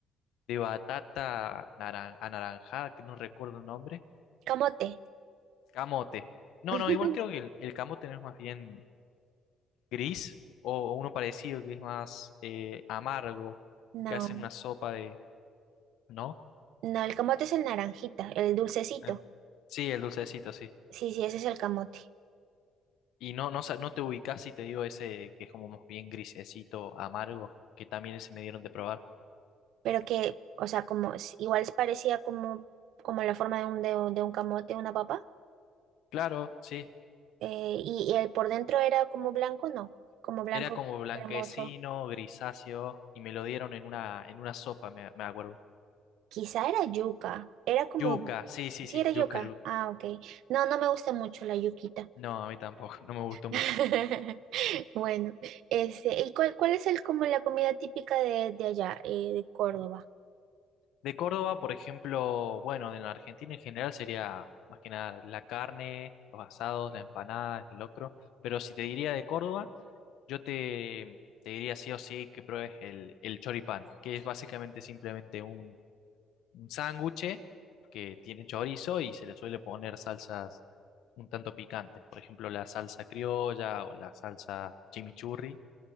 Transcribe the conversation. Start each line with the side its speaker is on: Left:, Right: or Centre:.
Left: de batata naran- anaranjada, que no recuerdo el nombre
Right: Camote.
Left: Camote. No,
Right: <laughs>
Left: no, igual creo que el, el camote no es más bien gris o, o uno parecido que es más eh, amargo,
Right: No,
Left: que hacen una sopa de, ¿no?
Right: no, el camote es el naranjita, el dulcecito.
Left: Ah. Sí, el dulcecito, sí.
Right: Sí, sí, ese es el camote.
Left: Y no, no, sa- no te ubicás si te digo ese que es como más bien grisecito, amargo, que también ese me dieron de probar.
Right: Pero que, o sea, como s- igual es parecía como, como la forma de un, de, un de un camote, una papa.
Left: Claro, sí.
Right: Eh, y, y el por dentro era como blanco, no, como blanco
Left: Era como blanquecino,
Right: cremoso.
Left: grisáceo, y me lo dieron en una, en una sopa, me, me acuerdo.
Right: Quizá era yuca, era como...
Left: Yuca, sí, sí,
Right: Sí,
Left: sí,
Right: era yuca.
Left: yuca, yuca.
Right: Ah, ok. No, no me gusta mucho la yuquita.
Left: No, a mí tampoco, <laughs> no me gustó mucho.
Right: <laughs> Bueno, este, ¿y cuál, cuál es el, como la comida típica de, de allá, eh, de Córdoba?
Left: De Córdoba, por ejemplo, bueno, en la Argentina en general sería más que nada la carne, los asados, las empanadas, el locro. Pero si te diría de Córdoba, yo te, te diría sí o sí que pruebes el, el choripán, que es básicamente simplemente un, un sándwich que tiene chorizo y se le suele poner salsas un tanto picantes. Por ejemplo, la salsa criolla o la salsa chimichurri.